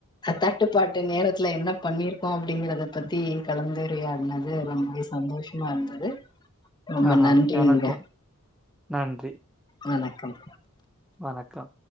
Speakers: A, on the left (about 20°); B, in the centre.
A: தட்டுப்பாட்டு நேரத்துல என்ன பண்ணிருக்கோ அப்படிங்கறத பத்தி கலந்துரையாடுனது ரொம்பவே சந்தோஷமா இருந்தது ரொம்ப
B: ஆஹா
A: நன்றிங்க
B: எனக்கு நன்றி
A: வணக்கம்
B: வணக்கம்